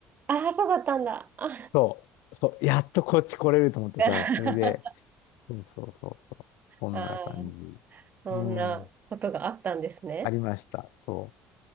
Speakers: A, on the right; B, on the left.
A: ああ、そうだったんだ。あ
B: そう、そう、やっとこっち来れると思ってさ、
A: <laughs>
B: それで、そうそうそうそう、そんな感じ。
A: あー、そんなことがあったんですね。
B: うん、ありました、そう。